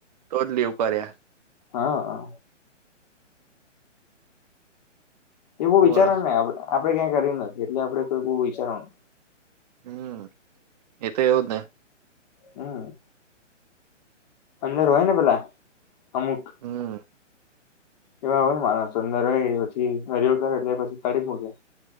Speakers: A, on the right; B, on the left.
A: તો જ લીવ કર્યા
B: હા હા એ બવ
A: બોલો
B: વિચારવાનું નને આપણે ક્યાંય કર નથી એટલે આપડણે કોઈ બવુ વિચારવાનું
A: હમ એ તો એવ જ ને
B: હમ અંદર હોય ને પેલા અમુક
A: હમ
B: એવા હોય માણ સુંદર હોય પછી હરિયો કર એટલે પછી તળ મૂકે.